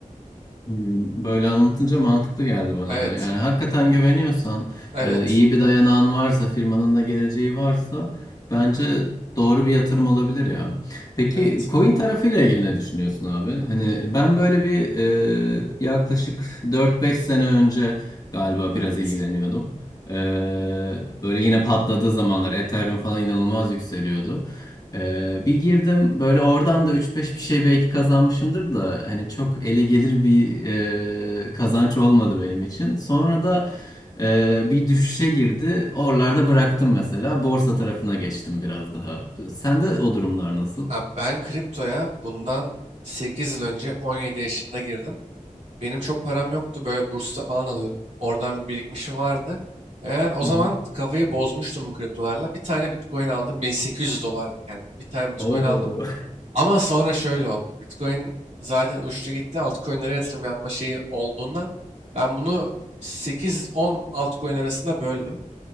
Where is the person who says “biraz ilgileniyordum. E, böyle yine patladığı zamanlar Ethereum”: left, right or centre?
Left